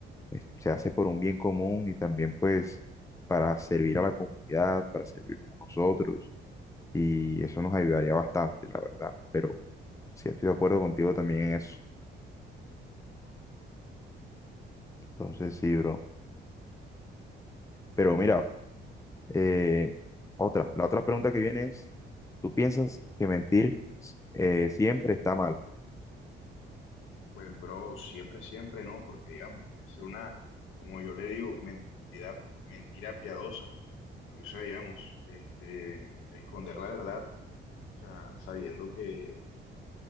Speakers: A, on the left; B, on the left.
A: es- se hace por un bien común y también pues para servir a la comunidad, para servirnos a nosotros y eso nos ayudaría bastante, la verdad. Pero sí estoy de acuerdo contigo también en eso. Entonces sí, bro. Pero mira, Eh, otra, la otra pregunta que viene es, ¿tú piensas que mentir eh, siempre está mal?
B: Pues, bro, siempre, siempre no, porque digamos, puede ser una, como yo le digo, mentira, mentira piadosa, porque, o sea, digamos, este, esconder la verdad, o sea, sabiendo que